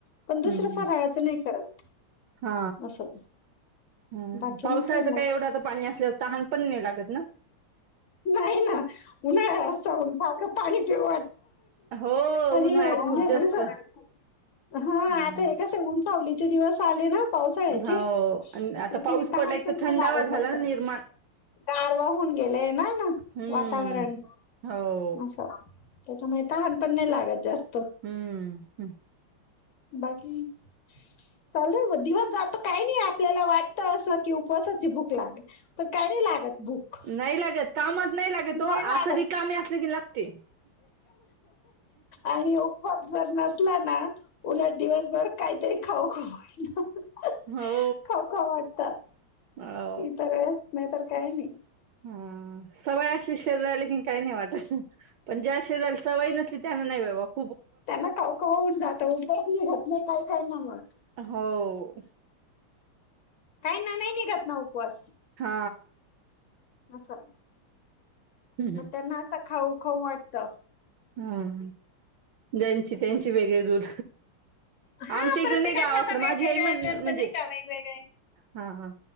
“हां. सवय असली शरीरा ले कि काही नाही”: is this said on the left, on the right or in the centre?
Right